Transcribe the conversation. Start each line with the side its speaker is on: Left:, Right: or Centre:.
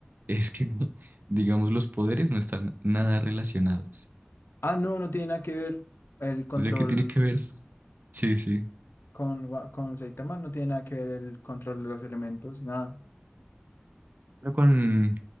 Right: es que, <laughs> digamos, los poderes no están nada relacionados.
Left: Ah, no, no tiene nada que ver el control
Right: O sea, que tiene que ver, s- sí, sí,
Left: con, Wa- con Saitama, no tiene nada que ver el control de los elementos, nada.
Right: pero con,